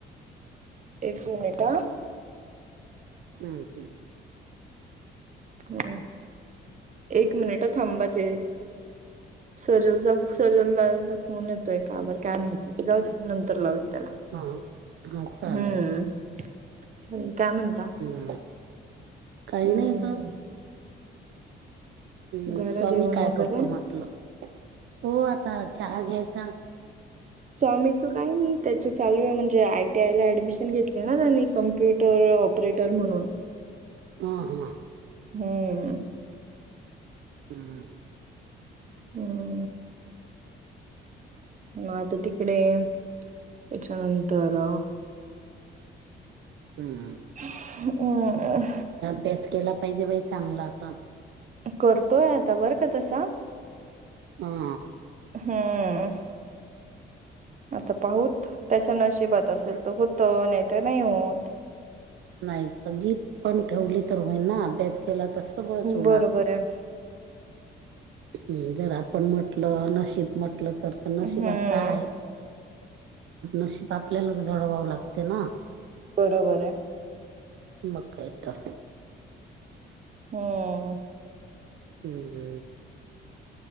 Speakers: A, on the right; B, on the right.
A: एक मिनिट ह.
B: हम्म हम्म.
A: हम्. एक मिनिट थांबात सजलचा सजला फोन येतोय काबर काय माहिती जाऊ द नंतर लावायच.
B: हा हा चालेल
A: हम्म चालेल काय म्हणता.
B: ह काही
A: हम्म
B: नाहीय का? हम्
A: झालं
B: स्वामी
A: जेवण
B: काय
A: वगैरे
B: करतो म्हटलं. हो आता चहा घ्यायचा.
A: सो आम्हीच काही नाही त्याच चालू आहे म्हणजे आयटी आय ला ऍडमिशन घेतली ना त्यांनी कम्प्युटर ऑपरेटर म्हणून
B: हां हां.
A: हम्म.
B: हम्म.
A: हम. ह आता तिकडे त्याच्यानंतर
B: हम्.
A: हम्.
B: अभ्यास केला पाहिजे बाई चांगला तर
A: करतोय आता बरं का तसा
B: हा.
A: हम्म. आता पाहूत त्याच्या नशिबात असेल तर होतं नाहीत नाही होत.
B: नाही जीत पण ठेवली तर होईल ना अभ्यास केला तर सगळच होणार.
A: बरोबर आहे
B: हम जर आपण म्हटलं नशिब मटलं तर तर नशीबात
A: हम्म
B: काय? नशीब आपल्यालाच घडवावं लागते ना.
A: बरोबर आहे
B: मक काय तर
A: हो.
B: हम् हम.